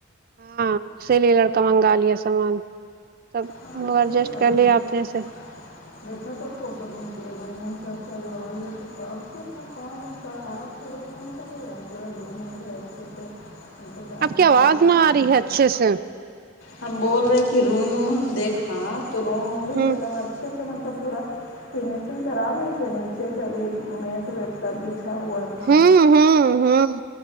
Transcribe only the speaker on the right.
ہاں اسی لیے لڑکا منگا لیا سامان سب
ایڈجسٹ
کر لیا
آپے سے
آپ کی آواز
نہ
آ رہی
ہے
اچھے سے
ہوں
ہوں ہوں ہوں